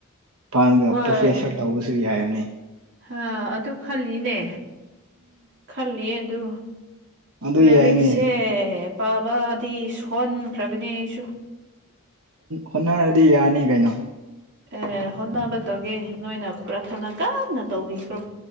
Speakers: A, on the right; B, on the right.
A: ꯄꯥꯟꯒ
B: ꯍꯣꯏ
A: ꯄ꯭ꯔꯣꯐꯦꯁꯔ ꯇꯧꯕꯁꯨ ꯌꯥꯔꯅꯤ
B: ꯑ ꯑꯗꯨ ꯈꯜꯂꯤꯅꯦ ꯈꯜꯂꯤꯌꯦ ꯑꯗꯨ
A: ꯑꯗꯨ
B: ꯂꯥꯏꯔꯤꯛꯁꯦ
A: ꯌꯥꯏꯅꯦ
B: ꯄꯥꯕꯗꯤ ꯁꯣꯟꯈ꯭ꯔꯕꯅꯦ ꯑꯩꯁꯨ
A: ꯍꯣꯠꯅꯔꯗꯤ ꯌꯥꯔꯅꯤ ꯀꯩꯅꯣ
B: ꯑꯦ ꯍꯣꯠꯅꯕ ꯇꯧꯒꯦ ꯅꯣꯏꯅ ꯄ꯭ꯔꯥꯊꯅꯥ ꯀꯟꯅ ꯇꯧꯕꯤꯈ꯭ꯔꯣ